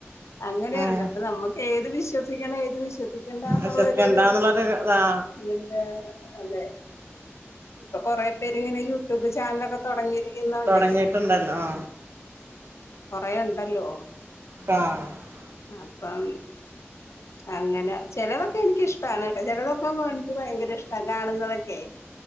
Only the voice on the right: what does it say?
ഉം
വിശ്വസിക്കണ്ടാന്നുള്ളൊരു ഇതാ
തൊടങ്ങിയിട്ടുണ്ടല്ലോ ആ
ആ